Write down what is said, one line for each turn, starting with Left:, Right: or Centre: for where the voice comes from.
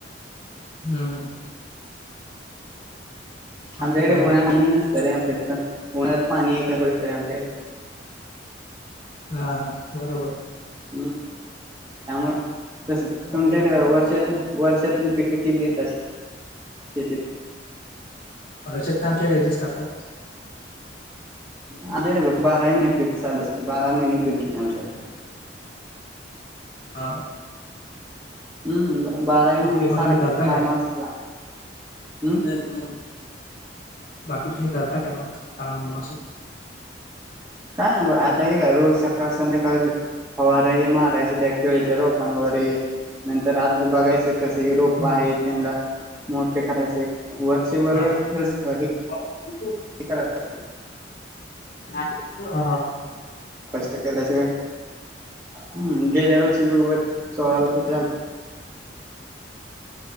Left: हम्म. बाकी
Right: आमच्याकडं
Left: काय मग
Right: उन्हाळा नसत रे आमच्याकडं पण उन्हाळ्यात पाणी का पडतय आमच्याकड.
Left: हा बरोबर.
Right: हम्म त्यामुळं तस तुमच्याकडं
Left: बाकी
Right: वर्षातुन वर्षातून पिकं किती घेतास शेतीत?
Left: वर्षातनं आमच्याकड एकदाच करतात.
Right: आमच्याकड बघ बारा मने पिक चालू असतं बारा महिने पिक आमच्याकड.
Left: हा.
Right: हम्म बाराही
Left: बाकी
Right: महिने
Left: मग
Right: सारखं
Left: तुम्ही करता
Right: काम
Left: काय
Right: असत्या हम्म.
Left: हम्म बाकी तुम्ही करता काय मग काम असं?
Right: काय आता हे करू सकाळ संध्याकाळ फवार हे मारायचं. त्या केळीच्या रोपांवर ये नंतर आतलं बघायचं कस रोप
Left: हम्म
Right: आहे त्यांना मोठे करायचे वर्ष वर
Left: हा.
Right: खर्च हे
Left: <unintelligible>
Right: <unintelligible>
Left: हा हा
Right: कष्ट केल्याशिवाय हम्म गेल्या वर्षी बरोबर सोळाला कुठ झाला.